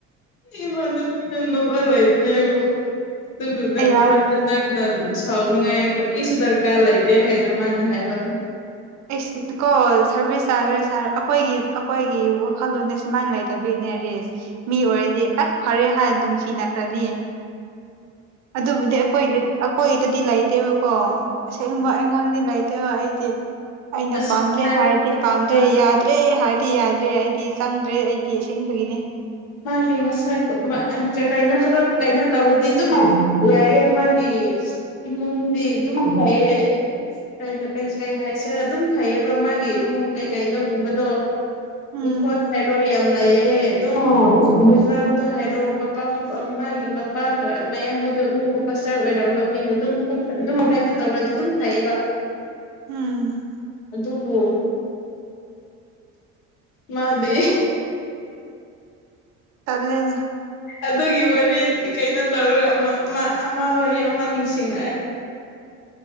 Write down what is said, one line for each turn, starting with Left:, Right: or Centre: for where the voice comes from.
Left: ꯏꯃꯥꯟꯅꯄꯤꯅ ꯅꯣꯛꯑ ꯂꯩꯕꯅꯦꯕꯨ ꯑꯗꯨꯗꯨꯗ
Right: ꯑꯩ
Left: ꯃꯔꯝ ꯅ ꯁꯥꯎꯅꯤꯡꯉꯥꯏ ꯑꯩꯁꯨ ꯗꯔꯀꯥꯔ ꯂꯩꯇꯦ ꯍꯥꯏꯅ ꯃꯥꯅ ꯍꯥꯏꯕ
Right: ꯁ ꯀꯣ ꯁꯥꯔꯚꯤꯁ ꯆꯥꯈ꯭ꯔꯦ ꯁꯥꯔ ꯑꯩꯈꯣꯏꯒꯤ ꯑꯩꯈꯣꯏꯒꯤ ꯋꯥꯈꯜꯂꯣꯟꯅꯦ ꯁꯨꯃꯥꯏꯅ ꯂꯩꯇꯕꯒꯤꯅꯦ ꯔꯦꯁ ꯃꯤ ꯑꯣꯏꯔꯗꯤ ꯑꯁ ꯐꯔꯦ ꯍꯥꯏꯅ ꯅꯨꯡꯁꯤꯅꯈ꯭ꯔꯅꯤ
Left: ꯎꯝ
Right: ꯑꯗꯨꯕꯨꯗꯤ ꯑꯩꯈꯣꯏꯗꯤ ꯑꯩꯈꯣꯏꯗꯗꯤ ꯂꯩꯇꯦꯕꯀꯣ ꯑꯁꯦꯡꯕ ꯑꯩꯉꯣꯟꯗꯗꯤ ꯂꯩꯇ ꯑꯩꯗꯤ ꯑꯩꯅ
Left: ꯑꯁ
Right: ꯄꯥꯝꯗ꯭ꯔꯦ
Left: ꯍꯥꯏ
Right: ꯍꯥꯏꯔꯗꯤ
Left: ꯀꯩꯅꯣ
Right: ꯄꯥꯝꯗ꯭ꯔꯦ
Left: ꯇꯧꯔꯗꯤ
Right: ꯌꯥꯗ꯭ꯔꯦ ꯑꯦ ꯍꯥꯏꯗꯤ ꯌꯥꯗ꯭ꯔꯦ ꯑꯩꯗꯤ ꯆꯪꯗ꯭ꯔꯦ ꯑꯩꯗꯤ ꯏꯁꯤꯡꯦꯡꯕꯒꯤꯅꯤ
Left: ꯃꯥꯒꯤ ꯃꯁꯛꯒꯥꯏꯅ ꯈꯔ ꯀꯥꯏꯅꯣ ꯇꯧꯔꯗꯤ ꯑꯗꯨꯝ ꯌꯥꯏꯑ ꯃꯥꯒꯤ ꯏꯃꯨꯡꯗꯤ ꯑꯗꯨꯝ ꯍꯩꯌꯦ ꯀꯩꯅꯣ ꯀꯩ ꯀꯩ ꯍꯥꯏꯁꯤꯔ ꯑꯗꯨꯝ ꯐꯩꯌꯦꯕ ꯃꯥꯒꯤ ꯏꯃꯨꯡ ꯀꯩꯀꯩꯅꯣꯒꯨꯝꯕꯗꯣ
Right: ꯎꯝ
Left: ꯏꯪꯈꯣꯜ ꯍꯥꯏꯔꯣ ꯌꯥꯝ ꯂꯩꯌꯦꯦ ꯑꯗꯨꯝ ꯑꯣꯆꯥꯡꯗꯣ ꯍꯥꯏꯔꯣ ꯃꯄꯥ ꯃꯄꯥ ꯃꯥꯒꯤ ꯃꯄꯥꯒ ꯃꯌꯥꯝꯕꯗ ꯀꯁꯇꯔ ꯑꯣꯏꯔꯝꯕ ꯃꯤꯅ ꯑꯗꯨꯝ ꯑꯗꯨꯝ ꯀꯥꯏꯅꯣ ꯇꯧꯔꯗꯤ ꯑꯗꯨꯝ ꯊꯥꯛꯑꯦꯕ
Right: ꯎꯝ
Left: ꯑꯗꯨꯕꯨ ꯃꯥꯗꯤ
Right: ꯇꯂꯦꯅ
Left: ꯑꯗꯨꯒꯤ ꯋꯥꯔꯤ ꯀꯩꯅꯣ ꯇꯧꯔꯒ ꯑꯃ ꯋꯥꯔꯤ ꯑꯃ ꯅꯤꯡꯁꯤꯡꯅꯑꯦ